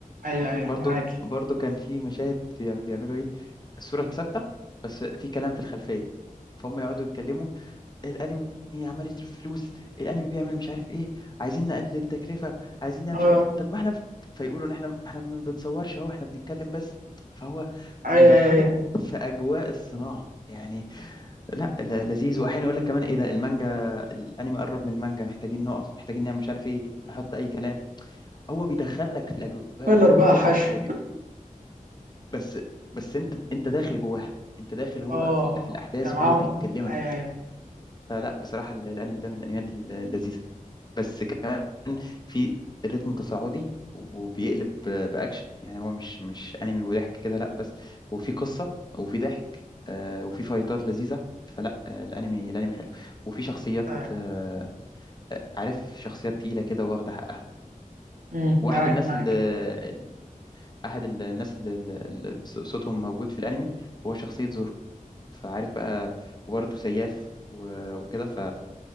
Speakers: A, on the right; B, on the left.
A: ايوه ايوه أيوة،
B: برضو
A: معاك
B: برضو كان في مشاهد بيعم- بيعملوا ايه الصوره ثابته بس في كلام في الخلفيه فهم يقعدوا يتكلموا الانمي عمال يصرف فلوس الانمي بيعمل مش عارف ايه عايزين نقلل التكلفه عايزين نعمل
A: اه
B: مش عارف طب ما احنا فيقولوا ان احنا ما احنا ما بنصورش اهو احنا بنتكلم بس فهو
A: ايوه
B: مدخلك
A: ايوه ايوه
B: في اجواء الصناعه يعني لا لا- لذيذ واحيانا يقول لك كمان ايه ده المانجا الانمي قرب من المانجا محتاجين نقف محتاجين نعمل مش عارف ايه نحط اي كلام هو بيدخلك في الاجواء
A: فيلر
B: هو
A: بقى
B: بيقول
A: حشو
B: لك هو بي... بس بس انت انت داخل جواها انت داخل هو
A: اه
B: في, ال- في الاحداث
A: انت معاهم
B: وهو بيتكلمك
A: ايوه ايوه
B: فلا بصراحة ال- الأنمي ده من الأنميات ال- اللذيذة بس كمان في الريتم تصاعدي وبيقلب ب- بأكشن يعني هو مش مش أنمي وضحك كده لا بس هو في قصة وفي ضحك آه، وفي فايتات لذيذة فلا آه، الأنمي الأنمي حلو وفي شخصيات
A: ايوه
B: آه، آه، عارف شخصيات تقيلة كده واخدة حقها
A: مم،
B: واحد
A: معاك
B: الناس
A: معاك
B: اللي أحد الناس اللي اللي صوتهم موجود في الأنمي هو شخصية زورو فعارف بقى وبرضه سياف و- وكده ف